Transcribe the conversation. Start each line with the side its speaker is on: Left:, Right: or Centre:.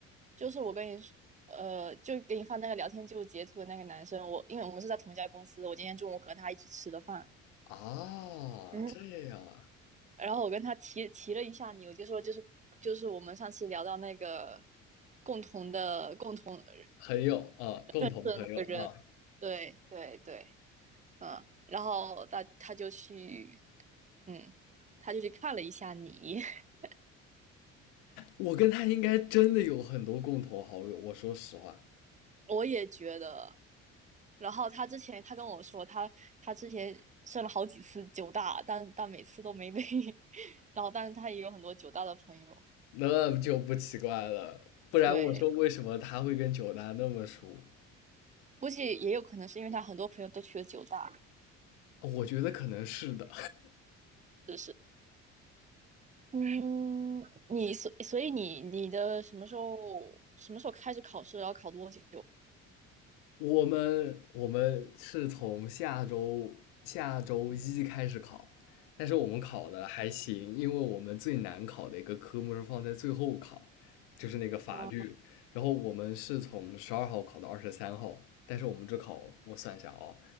Right: 就是我跟你说，呃，就给你发那个聊天记录截图的那个男生，我因为我们是在同一家公司，我今天中午和他一起吃的饭。
Left: 啊，
Right: 嗯，
Left: 这样啊，
Right: 然后我跟他提提了一下你，我就说就是就是我们上次聊到那个共同的共同的
Left: 朋友啊，共同朋友啊，
Right: 那个，对对对。嗯，然后他他就去，嗯，他就去看了一下你，<laughs>
Left: 我跟他应该真的有很多共同好友。我说实话。
Right: 我也觉得。然后他之前他跟我说，他他之前上了好几次九大，但但每次都没被。然后，但是他也有很多九大的朋友，
Left: 那就不奇怪了，不然我说为什么他会跟九大那么熟？
Right: 对，估计也有可能是因为他很多朋友都去了九大，是
Left: 我觉得可能是的。
Right: 不是？嗯，你所所以你你的什么时候什么时候开始考试，然后考多久？
Left: 我们我们是从下周下周一开始考，但是我们考的还行，因为我们最难考的一个科目是放在最后考，就是那个法律。
Right: 啊，
Left: 然后我们是从十二号考到二十三号，但是我们只考，我算一下啊、